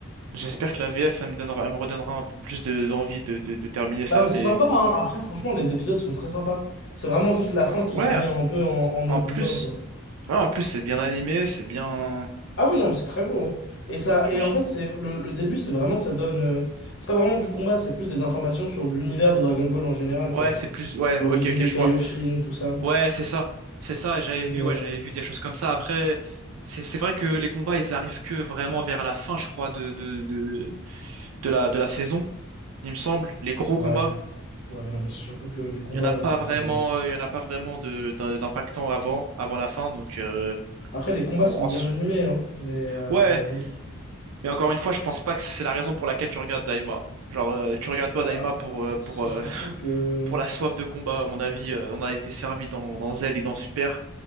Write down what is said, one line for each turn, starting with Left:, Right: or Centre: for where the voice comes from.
Right: J'espère que la VF, elle me donnera, elle me redonnera un peu plus de- d'envie de, de, de terminer
Left: Bah,
Right: ça,
Left: c'est
Right: mais
Left: sympa, hein. Après, franchement, les épisodes sont très sympas. C'est vraiment juste la fin
Right: euh,
Left: qui
Right: ouais.
Left: est finie un peu en, en nœud
Right: En
Left: de
Right: plus,
Left: boudin, quoi.
Right: ouais, en plus c'est bien animé, c'est bien.
Left: Ah oui, non, mais c'est très beau. hein. Et ça,
Right: genre,
Left: et en
Right: je-
Left: fait, c'est le, le début, c'est vraiment, ça donne. euh, C'est pas vraiment du combat, c'est plus des informations sur l'univers de Dragon Ball en général,
Right: Ouais,
Left: quoi.
Right: c'est plus. Ouais,
Left: L'origine
Right: ok, ok,
Left: des
Right: je
Left: Kaioshin,
Right: vois.
Left: tout ça.
Right: Ouais, c'est ça. C'est ça, et j'avais
Left: Mais,
Right: vu, ouais,
Left: euh,
Right: j'avais vu des choses comme ça. Après, c'est c'est vrai que les combats, ils arrivent que vraiment vers la fin, je crois, de, de, de, de la, de la saison, il me semble. Les gros
Left: ouais,
Right: combats,
Left: ouais, non, mais c'est surtout que les combats,
Right: il y en a pas
Left: ils sont
Right: vraiment,
Left: pas terribles.
Right: euh, il y en a pas vraiment de, d'un- d'impactant avant, avant la fin. Donc, euh,
Left: Après, les combats
Right: bon,
Left: sont
Right: en
Left: bien
Right: s-
Left: animés, hein. Mais. euh,
Right: ouais, mais encore une fois, je pense pas que c'est la raison pour laquelle tu regardes Daima. Genre, euh, tu regardes pas
Left: Bah,
Right: Daima pour, euh,
Left: c'est
Right: pour, euh,
Left: surtout
Right: <laughs>
Left: que...
Right: pour la soif de combat. À mon avis, euh, on a été servi dans, dans Z et dans Super.